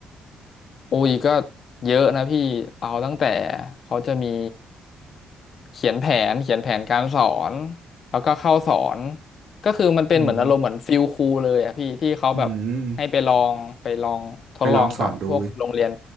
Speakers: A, on the left (about 55°); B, on the right (about 75°).
A: โอ้ยก็เยอะนะพี่เอาตั้งแต่เขาจะมีเขียนแผนเขียนแผนการสอนแล้วก็เข้าสอนก็คือมันเป็นเหมือนอารมณ์เหมือนฟิลครูเลยอะพี่ที่เขาแบบให้ไปลองไปลองทดลองกับพวกโรงเรียน
B: อืมอืมไปลองสอนดู